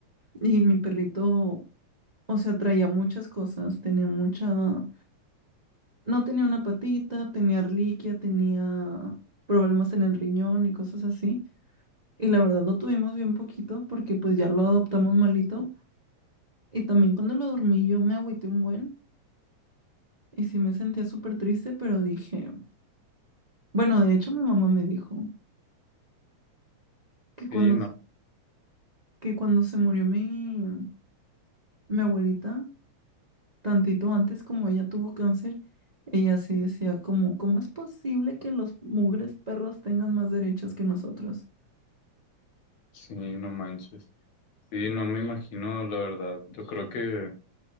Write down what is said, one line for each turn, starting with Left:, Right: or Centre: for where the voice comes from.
Right: y mi perrito, o sea, traía muchas cosas, tenía mucha, no tenía una patita, tenía reliquia, tenía problemas en el riñón y cosas así. Y la verdad lo tuvimos bien poquito porque pues ya lo adoptamos malito. Y también cuando lo dormí yo me agüité un buen Y sí me sentía súper triste, pero dije, bueno, de hecho mi mamá me dijo que cuando,
Left: Sí, no.
Right: que cuando se murió mi, mi abuelita, tantito antes como ella tuvo cáncer, ella sí decía como, ¿cómo es posible que los mugres perros tengan más derechos que nosotros?
Left: Sí, no manches. Sí, no me imagino, la verdad. Yo creo que,